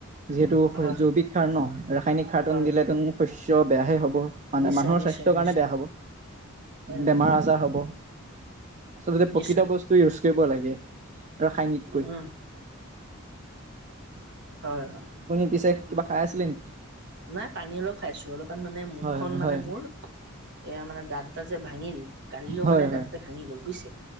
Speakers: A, on the right (about 35°); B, on the right (about 55°).
A: যিহেতু
B: হয়
A: জৈৱিক সাৰ ন, ৰাসায়নিক সাৰকন
B: হয়
A: দিলে শস্য বেয়াহে হ'ব। মানে
B: নিশ্চয়
A: মানুহৰ
B: নিশ্চয়
A: স্বাস্থ্যৰ কাৰণে
B: নিশ্চয়
A: বেয়া হব,
B: উম
A: বেমাৰ আজাৰ হ'ব, আচলতে
B: নিশ্চয়
A: প্ৰকৃত বস্তু ইউজ কৰিব লাগে, ৰাসায়নিক
B: <unintelligible> <unintelligible>
A: আপুনি পিছে, কিবা খাই আছিলে নেকি?
B: নাই, পানী অলপ খাইছো, অলপমান মানে মুখখন
A: হয় হয়
B: মানে
A: হয়
B: মোৰ এয়া মানে দাতঁ এটা যে ভাঙিল কালিও
A: হয়
B: মানে
A: হয়।
B: দাতঁ এটা ভাঙি গ'ল বুজিছে।